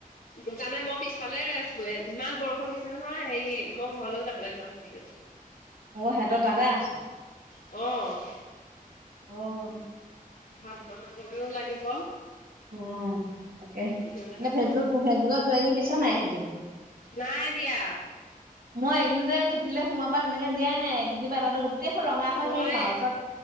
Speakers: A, on the left (about 80°); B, on the right (about 75°).
A: দুকানৰে মই পিছফালে ৰৈ আছো ইমান বৰষুণ দিছে নহয় হেৰি মই ঘৰলৈও যাবলৈ নোৱাৰা হ কেলে
B: অ সেহঁতৰ তাতে আছ।
A: অ'।
B: অ'।
A: ভাত বনাবলৈ লাগিব।
B: অ' তাকে
A: নহলে
B: এনে
A: কাপোৰ
B: ফেচবুক, ফেচবুক কিবা কিবি দিছ নাই এইকেইদিন?
A: নাই দিয়া
B: মই এইকেইদিন যে খেতিলে সোমা পা তেনেকে দিয়াই নাই কেতিয়াবা তাতো গোটেইখন ৰঙা হৈ
A: মই
B: শেষ আও চব